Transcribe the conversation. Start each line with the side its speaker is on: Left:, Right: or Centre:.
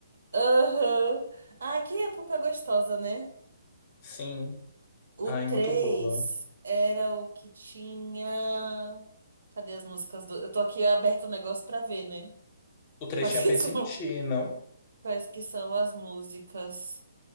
Right: Aham. Ah, que época gostosa, né?
Left: Sim,
Right: O
Left: ai,
Right: 3
Left: muito boa.
Right: era o que tinha. Cadê as músicas do. Eu tô aqui aberto o negócio pra ver, né?
Left: O três
Right: Quais
Left: tinha
Right: que
Left: penso
Right: <laughs> são,
Left: em ti, não?
Right: quais que são as músicas?